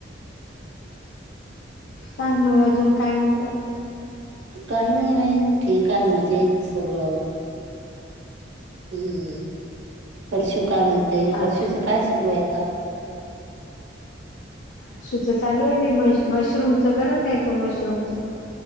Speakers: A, on the left; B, on the right.
A: सांग मला अजून काय म्हणतात?
B: काही नाही ठीक आहे मजेत सगळं, हम्म हर्षु काय म्हणतेय
A: हा
B: हर्षुच काय सुरू आहे आता.
A: हर्षुच चालू आहे. मी म मशरूमच करत आहे तो मशरूमच